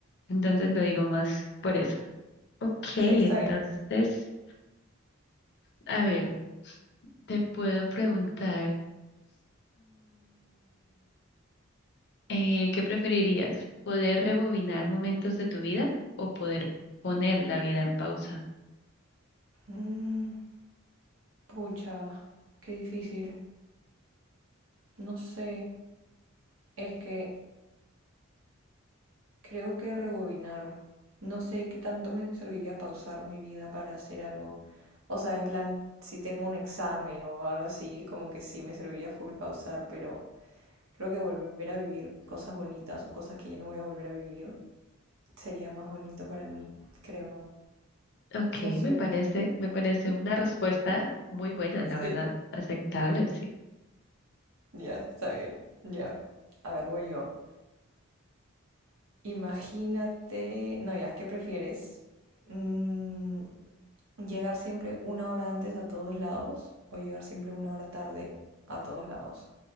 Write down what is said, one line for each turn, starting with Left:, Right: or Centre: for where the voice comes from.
Left: entonces lo digo más por eso. Ok,
Right: sí,
Left: entonces,
Right: está bien.
Left: a ver, te puedo preguntar. Eh, ¿qué preferirías? ¿Poder rebobinar momentos de tu vida o poder poner la vida en pausa?
Right: Mm, pucha, qué difícil. No sé, es que creo que rebobinar. No sé qué tanto me serviría pausar mi vida para hacer algo. O sea, en plan, si tengo un examen o algo así, como que sí me serviría full pausar, pero creo que volver a vivir cosas bonitas o cosas que ya no voy a volver a vivir sería más bonito para mí, creo.
Left: Ok,
Right: No sé.
Left: me parece, me parece una respuesta muy buena,
Right: Sí.
Left: la verdad, aceptable, sí.
Right: Ya, está bien. Ya. A ver, voy yo. Imagínate, no, ya, ¿qué prefieres? Mm, ¿llegar siempre una hora antes a todos lados o llegar siempre una hora tarde a todos lados?